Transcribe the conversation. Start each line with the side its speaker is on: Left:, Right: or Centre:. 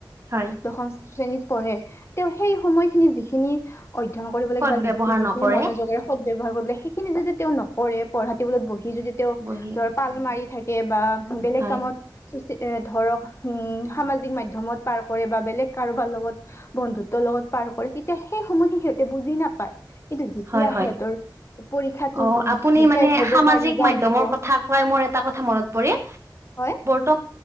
Right: হয়
Left: দশম শ্ৰেণীত পঢ়ে <unintelligible> সেই সময়খিনি যিখিনি অধ্যয়ন কৰিব
Right: সদ
Left: লাগ বা
Right: ব্যৱহাৰ
Left: য যিখিনি
Right: নকৰে
Left: মনোযোগেৰে সদ ব্যৱহাৰ কৰিব লাগে সেইখিনি যদি তেওঁ নকৰে পঢ়া টেবুলত বহি স যদি তেওঁ
Right: বহি
Left: ধৰ পাল মাৰি থাকে বা বেলেগ
Right: হয়
Left: কামত এ ধৰক উ সামাজিক মাধ্যমত পাৰ কৰে বা বেলেগ কাৰোবাৰ লগত বন্ধুত্বৰ লগত পাৰ কৰে তেতিয়া সেই সময় সিহঁতে বুজি নাপায় কিন্তু যেতিয়া
Right: হয় হয়
Left: সিহঁতৰ পৰীক্ষাটো
Right: অ আপুনি মানে
Left: শেষ হব
Right: সামাজিক
Left: বা ৰিজাল্ট
Right: মাধ্যমত
Left: দিব
Right: ৰ কথা কৱোই এটা কথা মনত পৰিল
Left: হয়
Right: ত